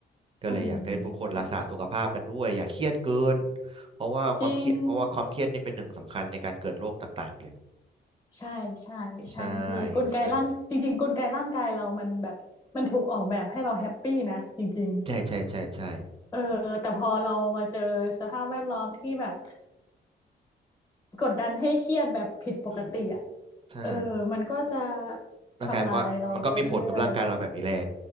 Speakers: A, on the right; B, on the left.
A: ก็เลยอยากให้ผู้คนรักษาสุขภาพกันด้วยอย่าเครียดเกิน
B: โอ้ห
A: เพราะว่าความเครียดเพราะว่าความเครียดนี่เป็นหนึ่งสำคัญในการเกิดโรคต่างๆเลย
B: จริง ใช่ใช่ใช่พี่กลไกร่างจริงๆกลไกร่างกายเรามันแบบมันถูกออกแบบให้เราแฮปปี้นะจริง
A: ใช่ครับใช่ใช่ใช่ใช่
B: ๆเออแต่พอเรามาเจอสภาพแวดล้อมที่แบบกดดันให้เครียดแบบผิดปกติอ่ะ
A: อืมใช่
B: เออมันก็จะ
A: ร่างกายมันก็มันก็มีผลกับร่างกายเราแบบนี้แหละ
B: ทำลายเราไปเรื่อย